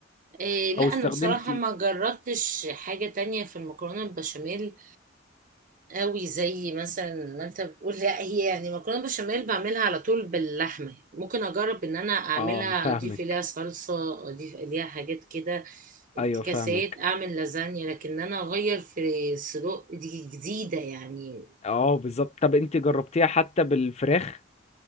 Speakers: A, on the right; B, on the left.
A: إيه لا
B: او استخدمتي
A: انا بصراحه ما جربتش حاجه تانية في المكرونه البشاميل قوي زي مثلا ما انت بتقول لا هي يعني مكرونه بشاميل بعملها على طول باللحمه ممكن اجرب ان انا اعملها
B: اه فاهمك
A: اضيف اليها صلصه اضيف اليها حاجات كده افتكاسات
B: ايوه فاهمك
A: اعمل لازانيا لكن انا اغير في الصدوق دي جديده يعني
B: اه بالظبط طب انت جربتيها حتى بالفراخ